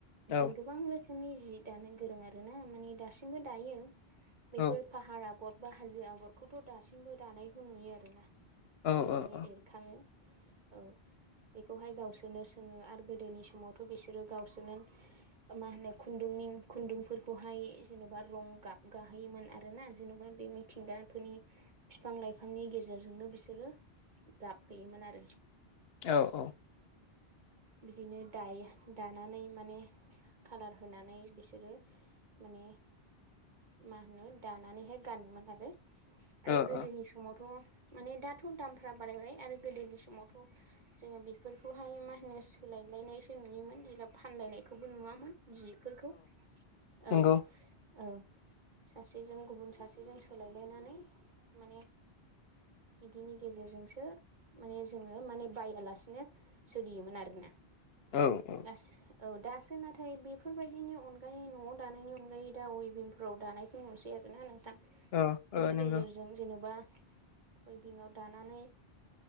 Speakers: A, on the right; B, on the left.
A: बिदिनो
B: औ
A: गोबां रोखोमनि जि दानो गोरों आरोना माने दासिमबो दायो बेफोर
B: औ
A: फाहार आगर बा हाजो आगरखौथ' दासिमबो दानायखौ नुयो आरोना
B: औ
A: माने
B: औ
A: एरखाङो औ बेखौहाय गावसोरो सोङो आरो गोदोनि समावथ' बिसोरो गावसोरनो मा होनो खुन्दुंनि खुन्दुंफोरखौहाय जेन'बा रं गाब गाहोयोमोन आर ना जेन'बा बे मिथिंगाफोरनि बिफां लाइफांनि गेजेरजोंनो बिसोरो गाबहयोमोन आरो
B: औ औ
A: बिदिनो दायो दानानै माने खाालार होनानै बिसोरो माने मा होनो दानानैहाय गाननोन आरो आरो
B: औ
A: गोदोनि
B: औ
A: सम समावथ' माने दाथ' दामफ्रा बारायबाय आरो गोदोनि समावथ' जोङो बेफोरखौहाय मा होनो सोलायलायनाय जों नुयोमोन जेब्ला फानलायनायखौबो नुवामोन जिफोरखौ औ
B: नंगौ
A: सासेजों गुबुन सासेजों सोलायलायनानै माने बिदिनि गेजेरजोंसो माने जोङो माने बायालासिनो सोलियोमोन आरोना
B: औ
A: दो औ दासो नाथाय बेफोरबायदिनि अनगायै न'आव दानायनि अनगायै दा उइभिंफोराव दानाय बुंहरसै आरोना नोंथां बिनि
B: औ औ नंगौ
A: गेजेरजों जेन'बा उइभिंबिंआव दानानै